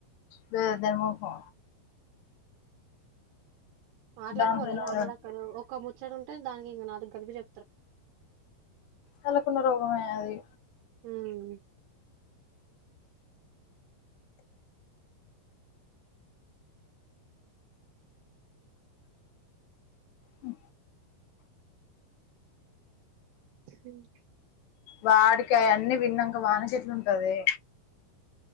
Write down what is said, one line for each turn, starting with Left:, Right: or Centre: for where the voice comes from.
Left: ద దాని మొఖం
Right: మాట్లాడుకోరా
Left: దానిపైన
Right: ఇగా
Left: ఎవరన్
Right: అమ్మాలక్కలు ఒక్క ముచ్చటుంటే దానికి ఇంగా నాలుగు గలిపి చె
Left: వాళ్లకున్న రోగమే అది
Right: ఉమ్
Left: ఉ
Right: ఉమ్
Left: వాడికి అ అన్నీ విన్నాంక వానీ కేట్ల ఉంటదే